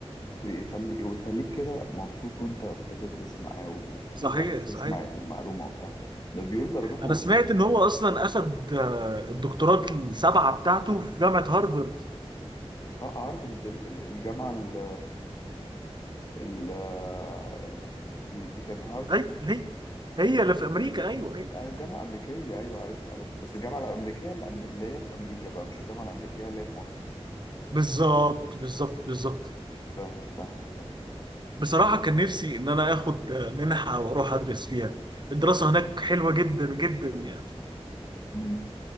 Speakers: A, on the left; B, on the right.
A: ويخلي ويخليك كده مبسوط وانت بتدرس معاه و... وعايز
B: صحيح
A: تسمع
B: صحيح
A: المعلومة وبتاع ده بيقول درجاته
B: انا سمعت ان هو اصلا اخد آه، الدكتورات السبعه بتاعته في جامعه هارفارد
A: ه- هارفرد ال- ال- الجامعة ال- ال آه، دي دي كان هارفرد
B: اي
A: دي فين؟
B: هي هي اللي في امريكا ايوه ايوه
A: أيوة جامعة أمريكية أيوة عارفها عارفها بس الجامعة الأمريكية اللي أم- اللي هي في أمريكا بقى مش الجامعة الأمريكية اللي هي في مصر
B: بالظبط بالظبط بالظبط
A: فاهم فاهمك فاهم
B: بصراحه
A: طب
B: كان نفسي ان انا اخد آه، منحه واروح ادرس فيها الدراسه هناك حلوه جدا جدا يعني
A: مم.